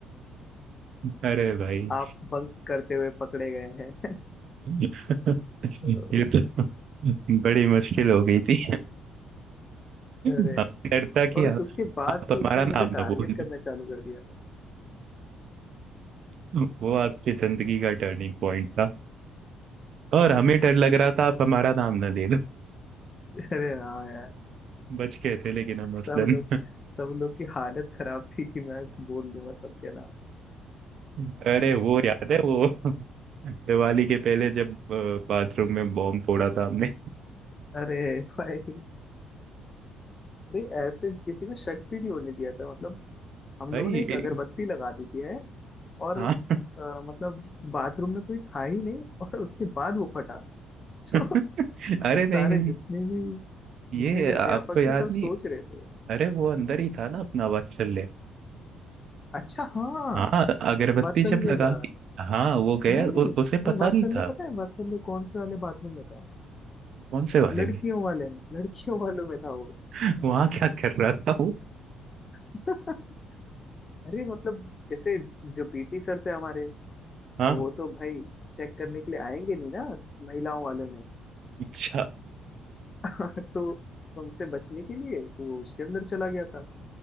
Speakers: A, on the right; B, on the left.
A: अरे भाई
B: आप बंक करते हुए पकड़े गए हैं
A: <laughs> ये
B: <laughs>
A: तो बड़ी मुश्किल हो गई थी हमें
B: अरे यार
A: डरता कि
B: और
A: आप,
B: उसके बाद
A: आप
B: से
A: हमारा
B: उसने मुझे
A: नाम
B: टारगेट
A: ना बोल दो
B: करना चालू कर दिया था
A: <laughs> वो आपकी जिंदगी का टर्निंग पॉइंट था और हमें डर लग रहा था आप हमारा नाम ना ले लो
B: <laughs> अरे हाँ यार
A: बच गए थे लेकिन हम मसलन
B: सब लोग सब लोग की हालत खराब थी कि मैं बोल दूंगा सबके नाम
A: <laughs> अरे वो याद है वो दिवाली के पहले जब बाथरूम में बॉम्ब फोड़ा था हमने
B: अरे भाई अरे ऐसे किसी को शक भी नहीं होने दिया था मतलब हम
A: भाई
B: लोगों ने एक अगरबत्ती
A: ए-
B: लगा दी थी है और
A: हाँ
B: अ, मतलब बाथरूम में कोई था ही नहीं और उसके बाद वो फटा
A: <laughs>
B: तो
A: अरे
B: सारे
A: नहीं नहीं नहीं
B: जितने भी
A: ये
B: जितने भी अध्यापक
A: आपको याद
B: थे सब
A: नहीं
B: सोच रहे थे
A: अरे वो अंदर ही था ना अपना वात्सल्य
B: अच्छा हाँ
A: हाँ अगरबत्ती
B: वात्सल्य
A: जब लगा
B: दा,
A: के हाँ वो गया
B: नहीं नहीं
A: उ, उसे
B: और
A: पता
B: वात्सल
A: नहीं
B: ने
A: था
B: पता है वात्सल ने कौन से वाले बाथरूम में था
A: कौन से बारे
B: लड़कियों
A: में
B: वाले में लड़कियों वालों में था वो
A: <laughs> वहाँ क्या कर रहा था वो
B: <laughs> अरे मतलब जैसे जो पीटी सर थे हमारे
A: हाँ
B: अब वो तो भाई चेक करने के लिए आएंगे नहीं ना महिलाओं वाले में
A: अच्छा
B: <laughs> तो उनसे बचने के लिए वो उसके अंदर चला गया था